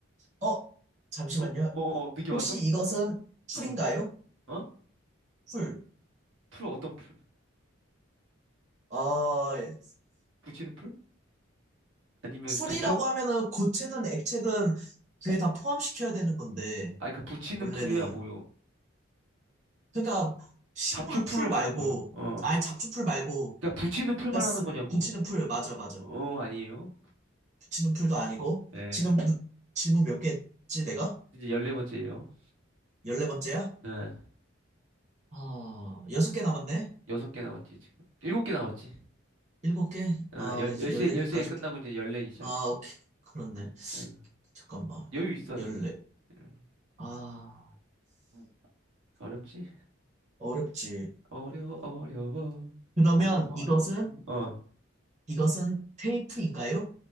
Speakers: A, on the right (about 35°); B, on the right (about 75°).
A: 어? 잠시만요.
B: 어, 어, 느낌
A: 혹시
B: 왔어?
A: 이것은 풀인가요?
B: 어, 어?
A: 풀.
B: 풀 어떤 풀?
A: 아, 예.
B: 붙이는 풀? 아니면
A: 풀이라고
B: 잡초?
A: 하면은 고체든 액체든 그게 다 포함시켜야 되는 건데,
B: 아, 그니까 붙이는
A: 원래는.
B: 풀이야 뭐요?
A: 그러니까 식물
B: 잡초 풀을
A: 풀
B: 말한
A: 말고,
B: 거예요. 어,
A: 아예 잡초 풀 말고,
B: 그니까 붙이는 풀
A: 그러니까
B: 말하는
A: 쓰,
B: 거냐고?
A: 붙이는 풀, 맞아, 맞아.
B: 어, 아니에요.
A: 지눈풀도 아니고
B: 네,
A: 지금 누- 질문 몇 개지 내가?
B: 이제 열네 번째예요.
A: 14번째야?
B: 네,
A: 아, 6개 남았네?
B: 여섯 개 남았지 지금. 일곱 개 남았지.
A: 7개?
B: 어,
A: 아,
B: 열
A: 이제
B: 열세
A: 14개까지
B: 열세 개 끝나고 이제 열네 개 시작이야.
A: 아, 오케이. 그렇네.
B: 응,
A: 잠깐만.
B: 여유 있어야지.
A: 14.
B: 응,
A: 아,
B: 음. 어렵지?
A: 어렵지.
B: 어려 어려워
A: 그러면
B: 어려워 어려워.
A: 이것은
B: 어려워.
A: 이것은 테이프인가요?